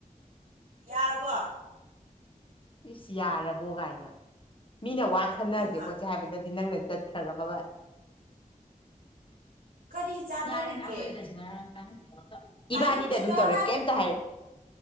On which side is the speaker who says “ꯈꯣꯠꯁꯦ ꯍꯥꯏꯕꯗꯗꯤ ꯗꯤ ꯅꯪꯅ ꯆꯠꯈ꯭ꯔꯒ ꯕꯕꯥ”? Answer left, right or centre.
Left